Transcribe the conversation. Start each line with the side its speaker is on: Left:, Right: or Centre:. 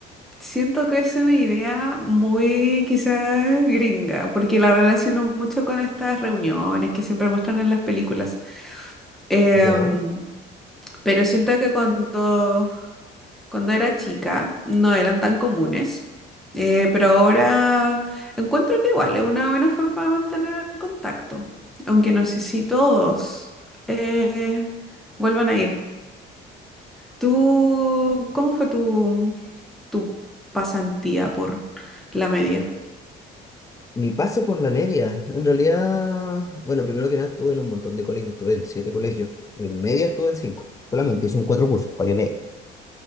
Centre: siento que es una idea muy quizás gringa, porque la relaciono mucho con estas reuniones que siempre muestran en las películas. Em,
Left: ¿Ya?
Centre: pero siento que cuando Cuando era chica no eran tan comunes, eh, pero ahora encuentro que igual es una buena forma de mantener el contacto, aunque no sé si todos eh, vuelvan a ir. ¿Tú cómo fue tu, tu pasantía por la media?
Left: Mi pase por la media, en realidad, bueno, primero que nada estuve en un montón de colegios, estuve en siete colegios, en media estuve en cinco, solamente hice en cuatro cursos, para que veáis.